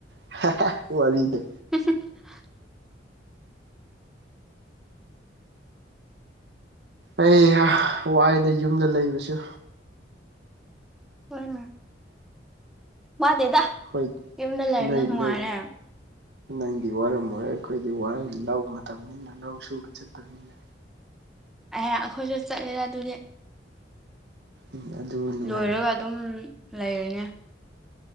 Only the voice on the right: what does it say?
<unintelligible> ꯋꯥꯔꯤꯗ
ꯑꯩ ꯋꯥꯏꯗ ꯌꯨꯝꯗ ꯂꯩꯕꯁꯨ
ꯑꯩꯈꯣꯏ
ꯅꯣꯏ
ꯅꯣꯏ ꯅꯪꯗꯤ ꯋꯥꯔꯝ ꯑꯣꯏꯔꯦ ꯑꯩꯈꯣꯏꯗꯤ ꯋꯥ ꯂꯧ ꯃꯇꯝꯅꯤꯅ ꯂꯧ ꯁꯨꯕ ꯆꯠꯄꯅꯤꯅ
ꯎꯝ ꯑꯗꯨ ꯅꯨꯡꯉꯥꯏꯕ